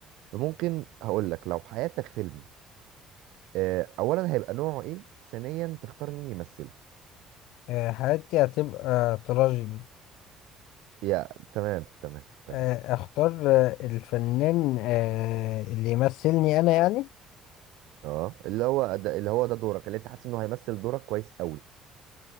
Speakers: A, on the right; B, on the left.
A: فممكن هقول لك لو حياتك فيلم آه، اولا هيبقى نوعه ايه ثانيا تختار مين يمثله
B: آه، حياتي هتبقى تراجيدي
A: يا تمام تمام تمام
B: آه، اختار
A: ماشي.
B: آه، الفنان آه، اللي يمثلني انا يعني
A: اه اللي هو ده اللي هو ده دورك اللي انت حاسس انه هيمثل دورك كويس قوي